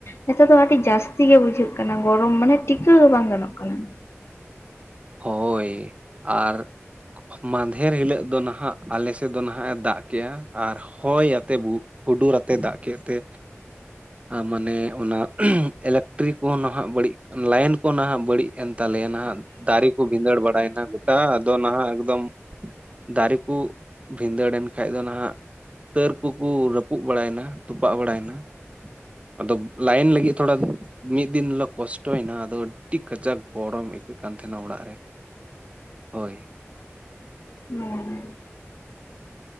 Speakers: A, on the left (about 65°); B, on the right (about 25°).
A: ᱱᱮᱛᱟᱨ ᱫᱚ ᱟᱹᱰᱤ ᱡᱟᱹᱥᱛᱤ ᱜᱮ ᱵᱩᱡᱷᱟᱹᱜ ᱠᱟᱱᱟ ᱜᱚᱨᱚᱢ᱾ ᱢᱟᱱᱮ ᱴᱤᱠᱟᱹᱣ ᱦᱚᱸ ᱵᱟᱝ ᱜᱟᱱᱚᱜ ᱠᱟᱱᱟ᱾
B: ᱦᱳᱭ ᱟᱨ ᱢᱟᱫᱷᱮᱨ ᱦᱤᱞᱟᱹᱜ ᱫᱚ ᱱᱟᱦᱟᱜ ᱟᱞᱮ ᱥᱮᱫ ᱫᱚ ᱱᱟᱦᱟᱜ ᱮ ᱫᱟᱜ ᱠᱮᱜᱼᱟ ᱟᱨ ᱦᱚᱭ ᱟᱛᱮ ᱵᱩ ᱦᱩᱰᱩᱨ ᱟᱛᱮ ᱫᱟᱜ ᱠᱮᱫ ᱛᱮ ᱢᱟᱱᱮ ᱚᱱᱟ ᱤᱞᱮᱠᱴᱨᱤ ᱠᱚ ᱱᱟᱦᱟᱜ ᱵᱟᱹᱲᱤᱡ, ᱞᱟᱭᱤᱱ ᱠᱚ ᱱᱟᱦᱟᱜ ᱵᱟᱹᱲᱤᱡ ᱮᱱ ᱛᱟᱞᱮᱭᱟ ᱱᱟᱦᱟᱜ ᱫᱟᱨᱮ ᱠᱚ ᱵᱷᱤᱸᱫᱟᱹᱲ ᱵᱟᱲᱟᱭᱮᱱᱟ ᱜᱚᱴᱟ᱾ ᱟᱫᱚ ᱱᱟᱦᱟᱜ ᱮᱠᱫᱚᱢ ᱫᱟᱨᱤᱠᱩ ᱵᱷᱤᱸᱫᱟᱹᱲᱮᱱ ᱠᱷᱟᱱᱡ ᱫᱚ ᱱᱟᱦᱟᱜ ᱛᱟᱹᱨ ᱠᱩᱠᱩ ᱨᱟᱹᱯᱩᱫ ᱵᱟᱲᱟᱭᱮᱱᱟ ᱛᱚᱯᱟᱜ ᱵᱟᱲᱟᱭᱮᱱᱟ᱾ ᱟᱫᱚ ᱞᱟᱭᱤᱱ ᱞᱟᱹᱜᱤᱫ ᱛᱷᱚᱲᱟ ᱫᱚ ᱢᱤᱫ ᱫᱤᱱ ᱦᱤᱞᱳ ᱠᱚᱥᱴᱚᱭᱮᱱᱟ ᱟᱫᱚ ᱟᱹᱰᱤ ᱠᱟᱡᱟᱠ ᱜᱚᱨᱚᱢ ᱟᱹᱭᱠᱟᱹᱜ ᱠᱟᱱ ᱛᱟᱦᱮᱸᱱᱟ ᱚᱲᱟᱜ ᱨᱮ ᱦᱳᱭ᱾
A: <unintelligible>